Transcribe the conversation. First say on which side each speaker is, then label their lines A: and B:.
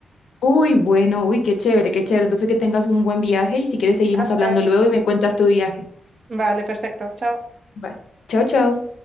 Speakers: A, on the left; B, on the right.
A: Uy, bueno, uy, qué chévere, qué chévere. Entonces que tengas un buen viaje y si quieres seguimos
B: Gracias.
A: hablando luego y me cuentas tu viaje.
B: Vale, perfecto. Chao.
A: Bye. Chao, chao.